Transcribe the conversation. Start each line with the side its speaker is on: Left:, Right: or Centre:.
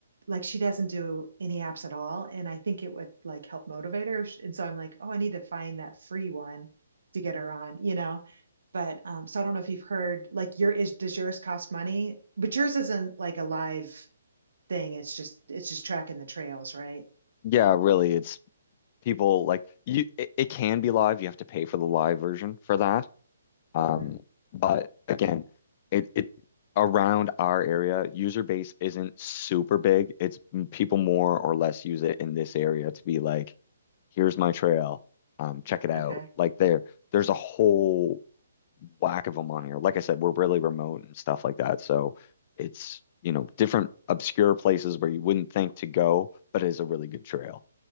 Right: like she doesn't do any apps at all and I think it would like help motivate her and so I'm like oh I need to find that free one to get her on you know but um so I don't know if you've heard like your is does yours cost money but yours isn't like a live thing. It's just it's just tracking the trails, right?
Left: Yeah, really, it's people like you it, it can be live. You have to pay for the live version for that. Um,
Right: Mhm.
Left: but again, it it around our area, user base isn't super big. It's people more or less use it in this area to be like, here's my trail. Um, check it out.
Right: Okay,
Left: Like there, there's a whole whack of them on here. Like I said, we're really remote and stuff like that. So it's, you know, different obscure places where you wouldn't think to go, but it is a really good trail,